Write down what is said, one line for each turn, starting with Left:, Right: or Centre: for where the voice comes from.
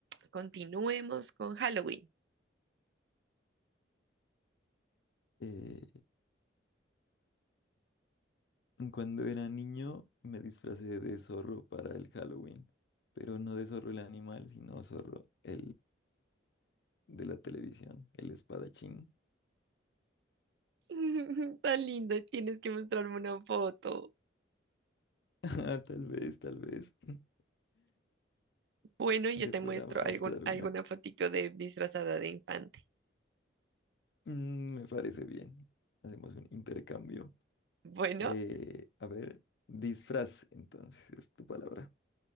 Right: continuemos con Halloween.
Left: Eh, cuando era niño me disfracé de zorro para el Halloween, pero no de zorro el animal, sino zorro el de la televisión, el espadachín.
Right: <laughs> Tan lindo, tienes que mostrarme una foto.
Left: <laughs> Ah, Tal vez, tal vez <laughs>
Right: Bueno, yo
Left: te
Right: te
Left: pueda
Right: muestro
Left: mostrar
Right: algún, alguna
Left: una.
Right: fotito de disfrazada de infante.
Left: Mm, me parece bien. Hacemos un intercambio.
Right: Bueno,
Left: Eh, a ver, disfraz, entonces, es tu palabra.